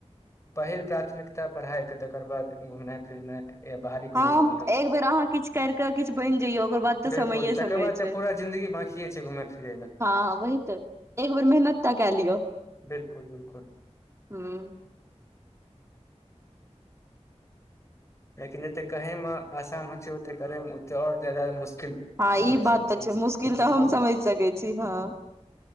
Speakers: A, on the left; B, on the right.
A: पहिल प्राथमिकता पढ़ाइके तकर बाद घुमनाइ फिरनाइ। या बाहरी
B: हं
A: कोनो दुनियामे
B: एक बेर अहाँ किछ कर किछ बनि जइयौ ओकर बाद तऽ
A: बिल्कुल
B: समैये समय
A: तकर बाद
B: छै,
A: तऽ पूरा जिन्दगी बाकिए छै घुमय फिरै लए
B: हँ वही तऽ। एक बेर मेहनत टा कय लियौ।
A: बिल्कुल बिलकुल।
B: हँ।
A: लेकिन जते कहै मे आसान होइ छै ओते करै मे ओते आओर जादा मुश्किल
B: हँ
A: होइ
B: ई बात
A: ओ
B: तऽ
A: चीज
B: छै मुश्किल
A: बिल्कुल
B: तऽ हम समैझ सकै छी, हँ